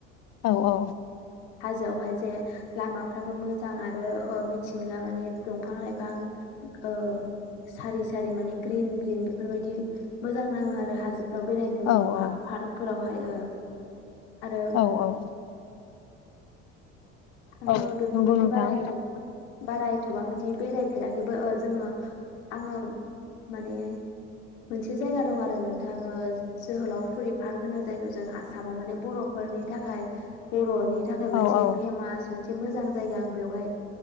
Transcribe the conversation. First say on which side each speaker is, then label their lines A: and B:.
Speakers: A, on the left; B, on the left.
A: औ औ।
B: हाजोआवहाय जे लामाफ्राबो मोजां आरो ओ मिथिंगा माने दंफां-लाइफां ओ सारि-सारि माने ग्रिन-ग्रिन बेफोरबायदि मोजां नाङो आरो हाजो। <unintelligible> बेरायनो
A: औ
B: माने पा-पार्कफोरावहाय
A: औ
B: ओ। आरो
A: औ औ। औ
B: आंथ' बेफोरबायदि
A: नंगौ नोंथां
B: बारा एथ' <inaudible> एथबां बिदि बेरायफेराखैबो ओ जोङो आङो माने मोनसे जायगा दं आरो नोंथाङो जोहोलावफुरि पार्क होनो जायखौ जों आसामाव माने बर'फोरनि थाखाय बर'नि। थाखाय मोनसे
A: औ औ
B: फेमास मोनसे। एसे मोजां जायगा आं बेवहाय